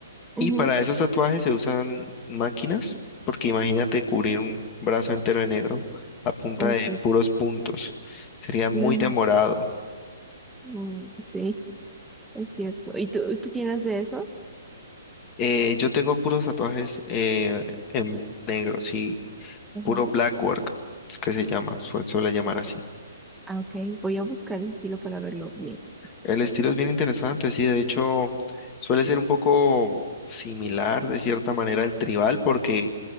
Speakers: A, in the centre; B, on the left.
A: ujú,
B: Y para esos tatuajes se usan máquinas, porque imagínate cubrir un brazo entero de negro a punta
A: Es
B: de
A: cierto,
B: puros puntos. Sería muy
A: no,
B: demorado.
A: mm, sí, es cierto. ¿Y tú, tú tienes de esos?
B: Eh, yo tengo puros tatuajes eh, en negro, sí,
A: Ajá,
B: puro Blackwork, es que se llama, sue- suele llamar así.
A: Ah, ok, voy a buscar el estilo para verlo bien.
B: El estilo es bien interesante, sí, de hecho suele ser un poco similar de cierta manera al tribal porque